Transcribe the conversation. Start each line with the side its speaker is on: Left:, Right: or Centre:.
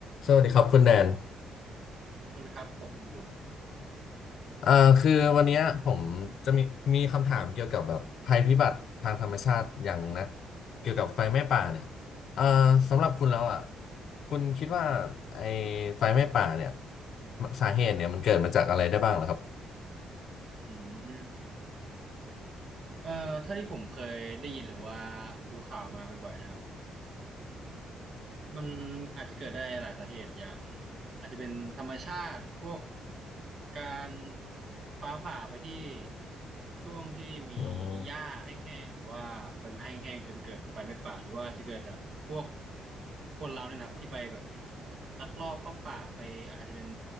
Left: สวัสดีครับคุณแดน
Right: สวัสดีครับผมคุณครู
Left: เอ่อคือวันเนี้ยผมจะมีมีคำถามเกี่ยวกับแบบภัยพิบัติทางธรรมชาติอย่างหนึ่งนะ เกี่ยวกับไฟไหม้ป่าเนี่ยเอ่อสำหรับคุณแล้วอ่ะคุณคิดว่าไอ้ไฟไหม้ป่าเนี่ยสาเหตุเนี่ยมันเกิดมาจากอะไรได้บ้างเหรอครับ
Right: อืมเอ่อถ้าที่ผมเคยได้ยินหรือว่าดูข่าวมาบ่อยๆนะครับ มันอาจจะเกิดได้หลายสาเหตุอย่างอาจจะเป็นธรรมชาติพวกการฟ้าผ่าไปที่ช่วงที่มีหญ้าแห้งๆหรือว่าใบไม้แห้งๆจนเกิดไฟไหม้ป่าหรือว่าจะเกิดจากพวก
Left: อืม
Right: คนเราเนี่ยนะครับที่ไปแบบลักลอบเข้าป่าไปอาจจะเป็น